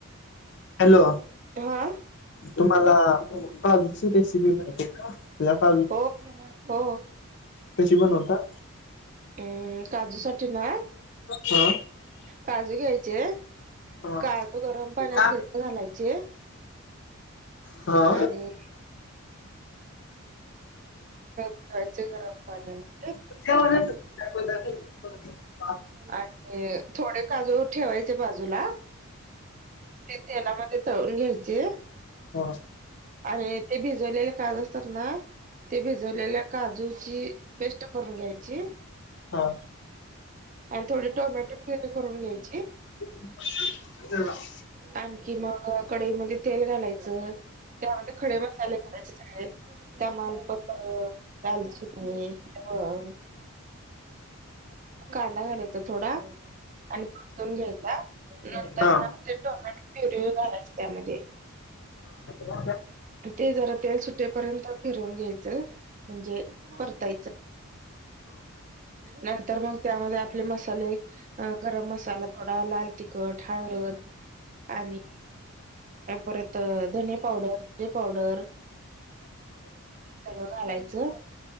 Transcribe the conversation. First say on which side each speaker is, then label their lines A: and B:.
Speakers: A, on the left; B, on the right.
A: हॅलो
B: हा
A: तुम्हाला काजुची रेसिपी माहिती आहे का ओल्या काजूची.
B: हो हो
A: कशी बनवता?
B: अम्म काजूसाठी ना,
A: हा
B: काजू घ्यायचे
A: हा
B: काजू गरम पाण्यात
A: हा
B: भिजत घालायचे,
A: हा
B: आणि धुवायचे गरम पाण्याने.
A: <unintelligible> वेत दा
B: आणि थोडे काजू ठेवायचे बाजूला. ते तेलामध्ये तळून घ्यायचे,
A: हो
B: अणी ते भिजवलेले काजु असतात ना, ते भिजवलेल्या काजूची पेस्ट करून घ्यायची.
A: हा
B: आणि थोडी टमॅटो प्युरी करून घ्यायची.
A: का <unintelligible>
B: आणखी मग कडईमध्ये तेल घालायचं. च तेव्हा ते खडे मसाले करायचे काय? तमालपत्र, दालचिनी, तव कांदा घालायचा थोडा आणि परतून घ्यायचा नंतर
A: हा
B: न ते टोमॅटो प्युरी घालायच त्यामध्ये.
A: हा
B: ते जरा तेल सुटेपर्यंत फिरून घ्यायचं म्हणजे परतायच नंतर मग त्यामध्ये आ पले मसाले गरम मसाला थोडा लाल तिखट, हळत आणि परत धन पावडर, जिरे पावडर सगळ घालायचं